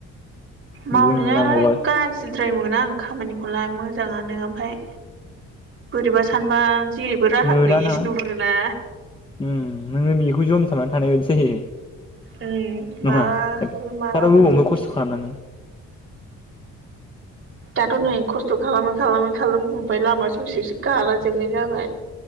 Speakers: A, on the right; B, on the left.
A: मावनो
B: जों नांगौबा
A: गारजि जेबो मोना आं खामानिखौलाय मोजाङानो ओमफ्राय बोरैबा सानबा जेरैबो राहा
B: मोनाना
A: गैयिसो नुहुरोना
B: उम नोङो बेखौ जम थाबनानै थानाय बायदिसो जायो
A: उम माबा
B: नङा
A: लाब
B: एफाराब
A: आरो माला हरो
B: गोबावबो
A: होननाय
B: खस्थ' खालामनानै
A: दाथ' नै खस्थ' खालामै खालामै खालाम बुबाय लामा ससेसो गालां जोबनाय जाबाय